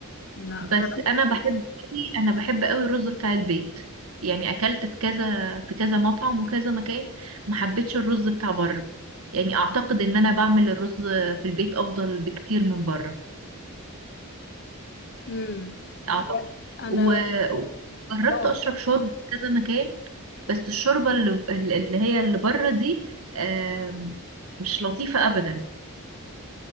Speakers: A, on the left; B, on the right.
A: لا
B: بس
A: انا عم...
B: انا بحب قوي انا بحب قوي الرز بتاع البيت يعني اكلت في كذا في كذا مطعم وكذا مكان ما حبيتش الرز بتاع بره يعني اعتقد ان انا بعمل الرز في البيت افضل بكتير من بره
A: امم
B: اعتقد
A: لا انا
B: وجربت
A: اه
B: اشرب شوربه في كذا مكان بس الشوربه اللي, اللي هي اللي بره دي آم، مش لطيفه ابدا